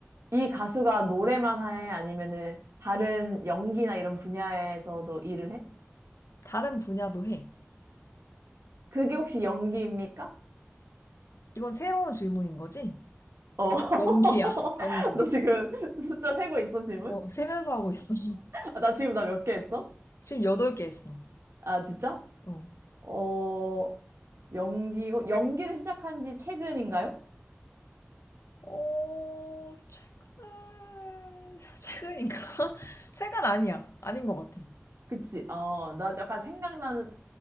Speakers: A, on the right (about 80°); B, on the left (about 80°).
A: 이 가수가 노래만 해? 아니면은 다른 연기나 이런 분야에서도 일을 해?
B: 다른 분야도 해.
A: 그게 혹시 연기입니까?
B: 이건 새로운 질문인 거지?
A: 어. <laughs>
B: 연기야, 연기.
A: 너 지금 <laughs> 숫자 세고 있어, 질문?
B: 어, 세면서 하고 있어. <laughs>
A: 아, 나 지금 나 몇 개 했어?
B: 지금 여덟 개 했어.
A: 아, 진짜?
B: 어.
A: 어, 연기고, 연기를 시작한 지 최근인가요?
B: 어, 최근, <laughs> 최근인가? <laughs> 최근 아니야. 아닌 것 같아.
A: 그치. 어, 나 약간 생각나는